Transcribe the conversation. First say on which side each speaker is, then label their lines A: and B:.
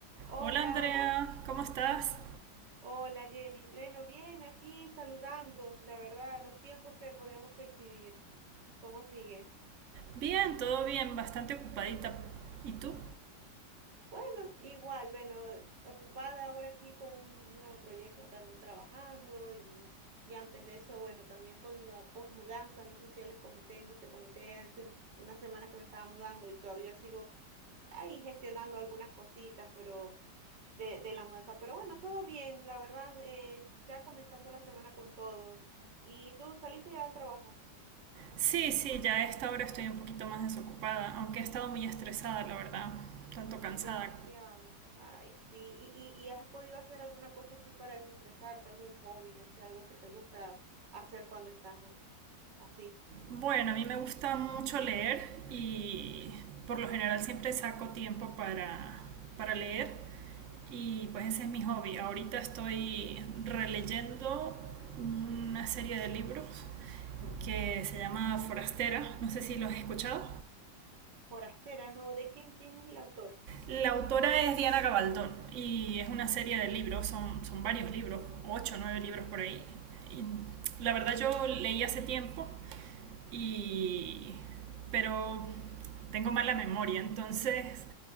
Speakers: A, on the right; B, on the right.
A: Hola,
B: Hola Andrea, ¿cómo estás?
A: hola Yelis. Bueno, bien, aquí saludando, la verdad, los tiempos que podíamos coincidir. ¿Cómo sigues?
B: Bien, todo bien, bastante ocupadita. ¿Y tú?
A: Bueno, igual, bueno, ocupada ahora aquí con un nuevo proyecto que ando trabajando y, y antes de eso, bueno, también con la posmudanza, no sé si yo les comenté, no te comenté hace unas semanas que me estaba mudando y todavía sigo ahí gestionando algunas cositas, pero de, de la mudanza. Pero bueno, todo bien, la verdad, eh, ya comenzando la semana con todo. ¿Y tú saliste ya del trabajo?
B: Sí, sí, ya a esta hora estoy un poquito más desocupada, aunque he estado muy estresada, la verdad, tanto cansada.
A: Demasiado. Ay, sí. ¿Y, y, y has podido hacer alguna cosa así para desestresarte, algún hobby, no sé, algo que te gusta hacer cuando estás así?
B: Bueno, a mí me gusta mucho leer y por lo general siempre saco tiempo para, para leer y pues ese es mi hobby. Ahorita estoy releyendo una serie de libros que se llama Forastera, no sé si los has escuchado.
A: Forastera, no, ¿de quién, quién es el autor?
B: La autora es Diana Gabaldón y es una serie de libros, son, son varios libros, ocho o nueve libros por ahí. Y la verdad yo leí hace tiempo, y, pero tengo mala memoria, entonces